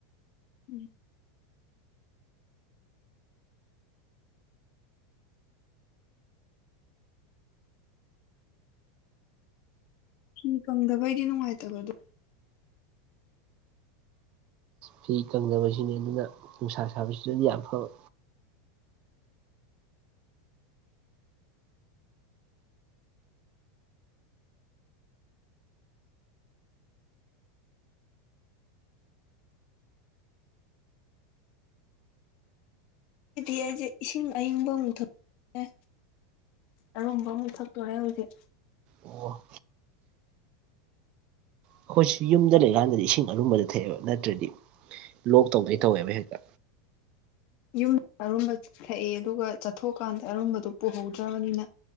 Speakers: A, on the left; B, on the right.
A: ꯎꯝ ꯐꯤ ꯀꯪꯗꯕꯩꯗꯤ ꯅꯨꯡꯉꯥꯏꯇꯕꯗꯣ
B: ꯐꯤ ꯀꯪꯗꯕꯁꯤꯅꯤ ꯑꯗꯨꯅ ꯅꯨꯡꯁꯥ ꯁꯥꯕꯁꯤꯗꯗꯤ ꯌꯥꯝ ꯐꯕ
A: ꯍꯥꯏꯗꯤ ꯑꯩꯁꯦ ꯏꯁꯤꯡ ꯑꯏꯪꯕ ꯑꯃꯨꯛ ꯊꯛꯑꯦ ꯑꯔꯨꯝꯕ ꯑꯃꯨꯊꯛꯇꯣꯔꯦ ꯍꯧꯖꯤꯛ
B: ꯑꯣ ꯑꯩꯈꯣꯏꯁꯨ ꯌꯨꯝꯗ ꯂꯩꯀꯥꯟꯗꯗꯤ ꯏꯁꯤꯡ ꯑꯔꯨꯝꯕꯗ ꯊꯛꯑꯦꯕ ꯅꯠꯇ꯭ꯔꯗꯤ ꯂꯣꯛ ꯇꯧꯗꯩ ꯇꯧꯋꯦꯕ ꯍꯦꯛꯇ
A: ꯌꯨꯝꯗ ꯑꯔꯨꯝꯕ ꯊꯛꯑꯦ ꯑꯗꯨꯒ ꯆꯠꯊꯣꯛꯑꯀꯥꯟꯗ ꯑꯔꯨꯝꯕꯗꯨꯣ ꯄꯨꯍꯧꯗ꯭ꯔꯕꯅꯤꯅ